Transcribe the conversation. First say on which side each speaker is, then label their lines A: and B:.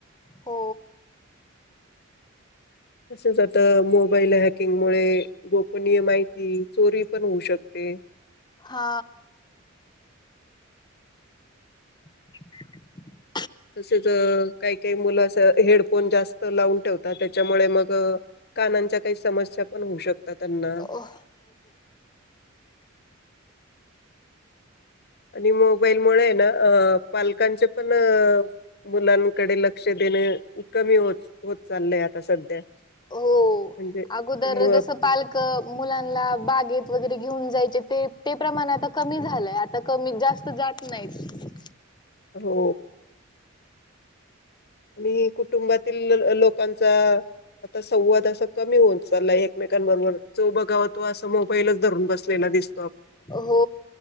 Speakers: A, on the left (about 20°); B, on the left (about 50°).
A: हो
B: तच आता मोबाईल हॅकिंग मुळे गोपनीय माहिती चोरी पण होऊ शकते ते
A: हा <inaudible>
B: तसेच काही काही मुलं अस हेडफोन जास्त लावून ठेवत त्याच्यामुळे मग कानांच्या काही समस्या पण होऊ शकत आता त्यांना
A: हो
B: आणि मोबाईल मुळे ना पालकांचे पण मुलां डे लक्ष देणे कमी हो होत चाललय आता सध्या
A: हो
B: म्हणजे
A: अगोदर
B: मग
A: जस पालक मुलांना बागेत वगैरे घेऊन जायचे ते ते प्रमाण आता कमी झालंय आता कमी जास्त जात नाहीत
B: हो आणि कुटुंबातील लोकांचा आता संवाद असा कमी होऊन चालाय एकमेकांबरोबर जो बघा तो असं मोबाईलच धरून बसलेला दिसत
A: हो